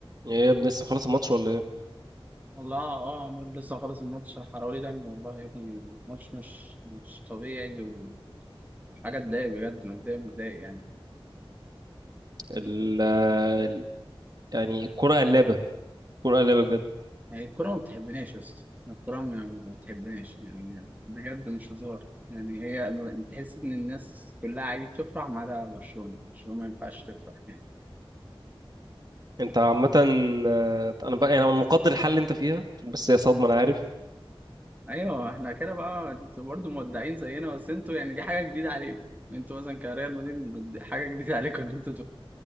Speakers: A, on the right (about 45°); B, on the right (about 15°).
A: ايه يا ابني لسه خلاص الماتش ولا ايه
B: والله اه آه، عمرو لسه مخلص الماتش حراولي دمي والله يا ابني الماتش مش مش طبيعي و- وحاجة تضايق بجد متضايق متضايق يعني
A: ال ال- يعني الكرة قلابة الكرة قلابة بجد
B: هي الكورة ما بتحبناش يا اسطى الكورة ما ما بتحبناش يعني بجد مش هزار يعني هي تحس إن الناس كلها عادي بتفرح ما عدا برشلونة برشلونة ما ينفعش تفرح يعني
A: انت عامة آه، انا بقى انا مقدر الحل اللي انت فيها بس هي صدمة انا عارف
B: أيوه احنا كده بقى انتوا برضه مودعين زينا بس انتوا يعني دي حاجة جديدة عليكم انتوا مثلا كريال مدريد حاجة جديدة عليكم إن انتوا